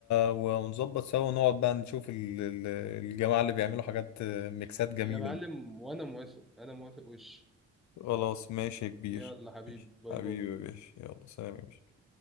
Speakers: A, on the left; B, in the centre.
A: و- ونظبط سوا ونقعد بقى نشوف ال... ال- الجماعة اللي بيعملوا حاجات ميكسات جميلة
B: يا معلم
A: دي
B: وانا موافق انا موافق وش
A: خلاص ماشي يا كبير
B: يلا حبيبي
A: ماشي.
B: باي
A: حبيبي
B: باي
A: يا باشا يلا سلام يا باشا